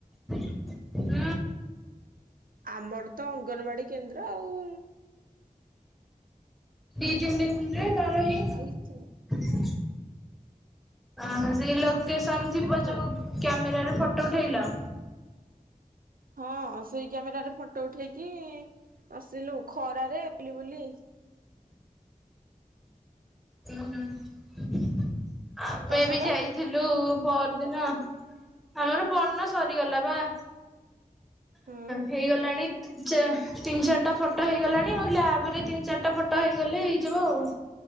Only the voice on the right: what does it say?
ଆମର ତ ଅଙ୍ଗନବାଡି କେନ୍ଦ୍ର ଆଉ।
ଆଉ କିଛି
ନାହିଁ।
ହଁ ସେଇ କ୍ୟାମେର ରେ ଫଟୋ ଉଠେଇକି ଆସିଲୁ ଖରାରେ ବୁଲି ବୁଲି।
ତମର
ହୁଁ